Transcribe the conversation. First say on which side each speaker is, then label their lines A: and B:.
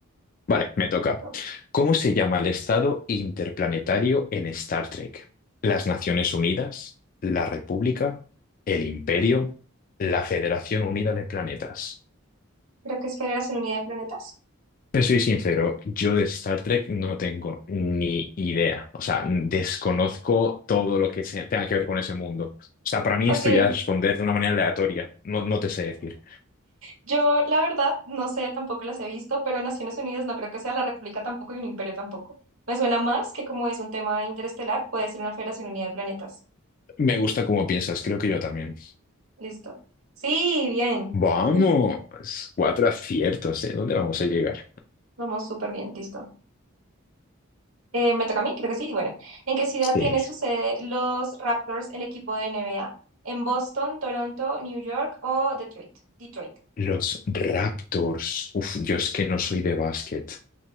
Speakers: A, on the left (about 40°); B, on the right (about 80°).
A: Vale, me toca.
B: No,
A: ¿Cómo se llama el estado interplanetario en Star Trek? ¿Las Naciones Unidas? ¿La República? ¿El Imperio? ¿La Federación Unida de Planetas?
B: creo que es Federación Unida de Planetas.
A: Te soy sincero, yo de Star Trek no tengo ni idea. O sea, desconozco todo lo que se- tenga que ver con ese mundo. O sea, para mí
B: Ok,
A: esto ya es responder de una manera aleatoria. No, no te sé decir.
B: yo la verdad no sé, tampoco las he visto, pero Naciones Unidas no creo que sea la República tampoco y un imperio tampoco. Me suena más que como es un tema interestelar, puede ser una Federación Unida de Planetas.
A: Me gusta cómo piensas, creo que yo también.
B: Listo. Sí, bien.
A: Vamos,
B: <laughs>
A: cuatro aciertos, ¿eh? ¿Dónde vamos a llegar?
B: Vamos súper bien, listo. Eh, me toca a mí, creo que sí. Bueno, ¿en qué ciudad
A: Sí.
B: tiene su sede los Raptors, el equipo de NBA? ¿En Boston, Toronto, New York o Detroit? Detroit.
A: Los Raptors. Uf, yo es que no soy de básquet.